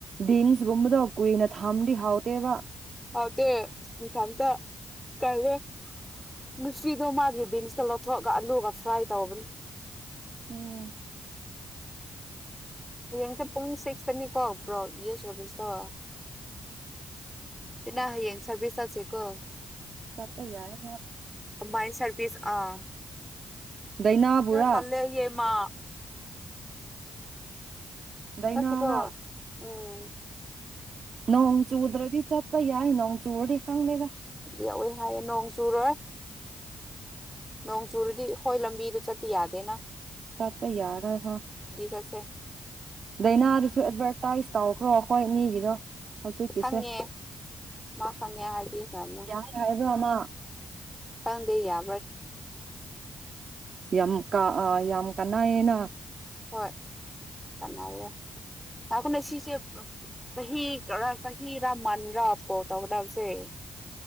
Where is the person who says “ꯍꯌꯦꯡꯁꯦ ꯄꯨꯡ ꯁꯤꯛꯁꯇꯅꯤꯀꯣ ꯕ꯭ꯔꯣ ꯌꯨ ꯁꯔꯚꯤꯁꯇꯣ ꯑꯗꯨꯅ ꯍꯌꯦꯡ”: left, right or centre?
Centre